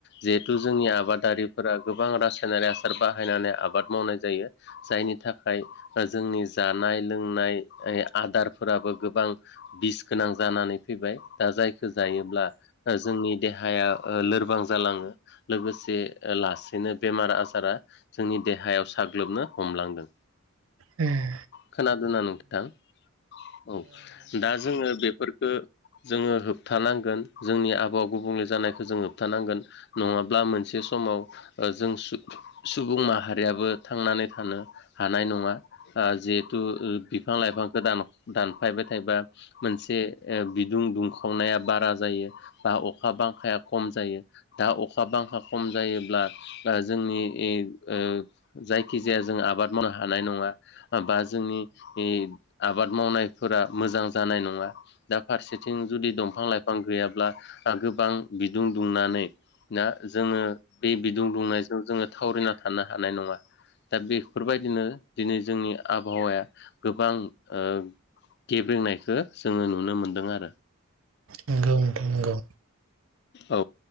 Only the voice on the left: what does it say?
जिहेथु जोंनि आबादारिफोरा गोबां गोबां रासायनारि आसार बाहायनानै आबाद मावनाय जायो जायनि थाखाय जोंनि जानाय लोंनाय आदारफोराबो गोबां बिस गोनां जानानै फैबाय दा जायखौ जायोब्ला ओ जोंनि देहाया ओ लोरबां जालांङो लोगोसे लासैनो नों बेमार आजारा जोंनि देहायाव साग्लोबनो हमलांदों
खोनादोंना नोंथां औ दा जोंङो बेफोरफोरखो जोंङो होबथानांगोन जोंनि आबहावा गुबुंले जानायखौ जों होबथानांगोन नंङाब्ला मोनसे समाव ओ जों सुबुं माहारियाबो थांनानै थानो हानाय नङा ओ जे थु ओ बिफां लाइफांखौ दानफायबाय थायोबा मोनसे बिदुं दुंखा सावनाया बारा जायो बा अखा बांखाया खम जायो दा अखा बांखा खम जायोब्ला जोंनि ओ ओ जायखिजाया जों आबाद मावनो हानाय नंङा बा जोंनि ओ आबाद मावनायफोरा मोजां जानाय नंङा नंङा दा फारसे जुदि दंफां लाइफां गैयाब्ला ओ गोबां बिदुं दुंनानै दा जोङो बे बिदुं दुंनायजों जोंङो थावरिना थानो हानाय नङा दा बेफोर बायदिनो दिनै जोंनि आबहावाया गोबां ओ गेबेंनायखौ जोंङो नुनो मोनदों आरो
औ